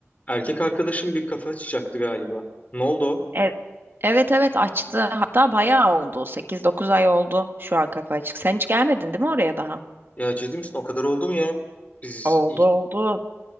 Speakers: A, on the left; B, on the right.
A: Erkek arkadaşım bir kafe açacaktı galiba. Ne oldu o?
B: E- Evet evet açtı. Hatta bayağı oldu. Sekiz, dokuz ay oldu şu an kafa açık. Sen hiç gelmedin değil mi oraya daha?
A: Ya ciddi misin? O kadar oldu mu ya? Biz
B: Oldu oldu.